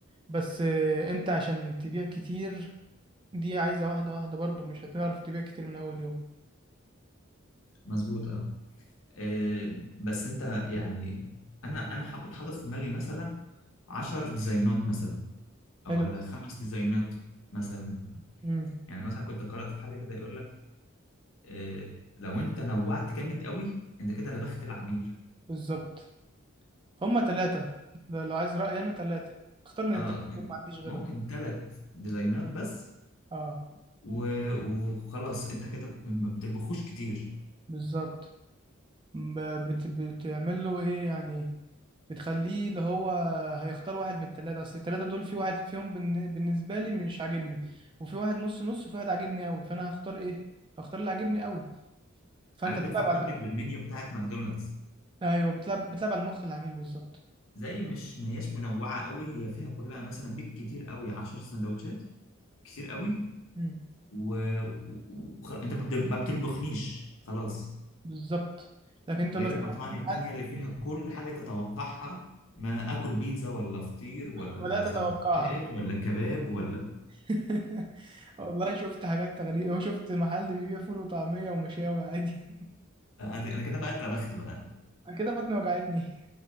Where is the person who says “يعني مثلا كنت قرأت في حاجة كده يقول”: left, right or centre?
Left